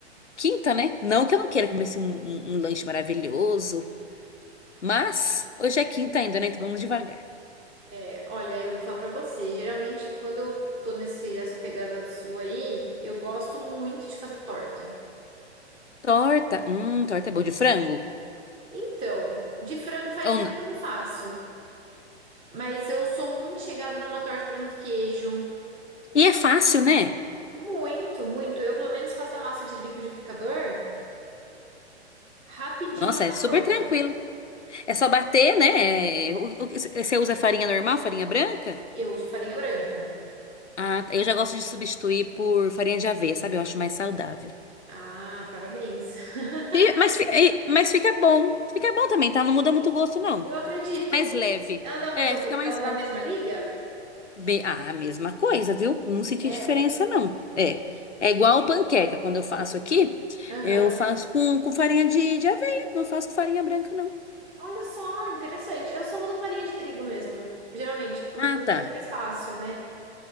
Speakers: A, on the left (about 85°); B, on the right (about 15°).
A: quinta, né? Não que eu não queira comer assim, um um- um lanche maravilhoso. Mas hoje é quinta ainda, né? Então vamos devagar.
B: É, olha, eu vou falar pra você. Geralmente, quando eu tô nesse, nessa pegada sua aí, eu gosto muito de fazer torta.
A: Torta. Hum, torta é boa de frango?
B: Então, de frango faz
A: Ou
B: tempo
A: não?
B: que eu não faço, mas eu sou muito chegada numa torta de presunto e queijo.
A: E é fácil, né?
B: Muito, muito. Eu, pelo menos, faço a massa de liquidificador, rapidinho
A: Nossa,
B: ela tá
A: é super
B: pronta.
A: tranquilo. É só bater, né? É, o- o- Você usa farinha normal, farinha branca?
B: Eu uso farinha branca.
A: Ah, tá. eu já gosto de substituir por farinha de aveia, sabe? Eu acho mais saudável.
B: Ah, parabéns. <laughs>
A: E- mas, fi- e- mas fica bom. Fica bom também, tá? Não muda muito o gosto, não.
B: Eu acredito.
A: Fica mais leve.
B: Ela dá a mesma,
A: É, fica mais
B: ela dá
A: leve.
B: a mesma liga?
A: Be- Ah, a mesma coisa, viu? Não senti
B: É.
A: diferença, não. É. É igual panqueca. Quando eu faço aqui,
B: Aham.
A: eu faço com, com farinha de, de aveia. Não faço com farinha branca, não.
B: Olha só, interessante. Eu só uso farinha de trigo mesmo. Geralmente, por
A: Ah,
B: por
A: tá.
B: ser mais fácil, né?